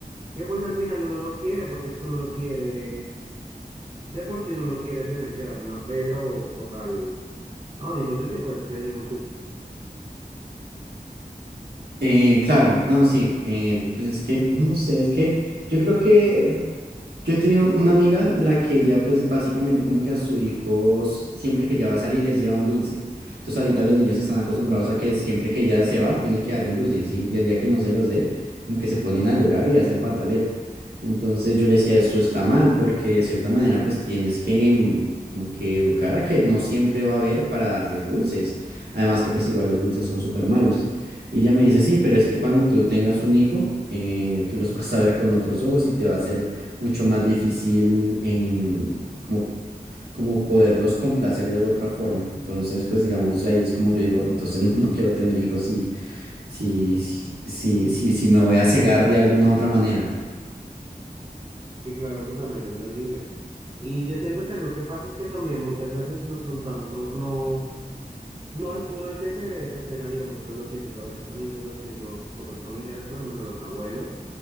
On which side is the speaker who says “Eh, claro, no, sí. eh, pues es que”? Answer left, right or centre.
Right